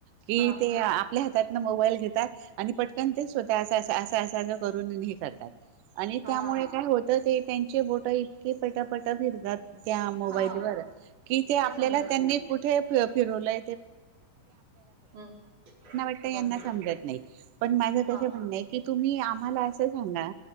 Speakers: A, on the right (about 80°); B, on the right (about 45°).
A: कि
B: हा
A: ते आपल्या हातात ना मोबाईल घेतात आणि पटकन तेच होत अस स करून हे करतात आणि
B: हा
A: त्यामुळे काय होतं ते त्यांचे बोट पटपट फिरतात त्या मोबाईल
B: हा
A: व कि ते आपल्याला
B: समजत
A: त्यांनी
B: नाही
A: कुठे आपल्याला
B: हम्म
A: क
B: बरोबर
A: नाही त्यां सम नाहीण मा
B: हा
A: तुम्ही आम्हा अस सांगा